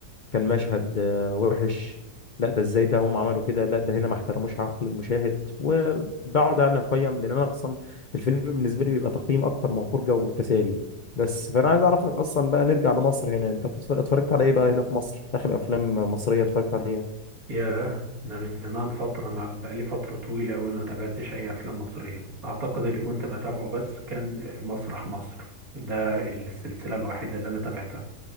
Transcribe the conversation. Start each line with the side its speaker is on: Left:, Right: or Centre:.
Left: كان مشهد آه، وحش لا ده ازاي ده هم عملوا كده لا ده هنا ما احترموش عقل المشاهد وبقعد انا اقيم لان انا اصلا الفيلم بالنسبه لي بيبقى تقييم اكتر من فرجه وتسالي بس فانا عايز اعرفك اصلا بقى نرجع لمصر هنا انت بتتف- اتفرجت على ايه بقى هنا في مصر اخر افلام مصريه اتفرجت عليها
Right: ياه ده من زمان فترة ما بقالي فترة طويلة أوي ما تابعتش أي أفلام مصرية أعتقد اللي كنت بتابعه بس كان مسرح مصر ده السلسلة الوحيدة اللي أنا تابعتها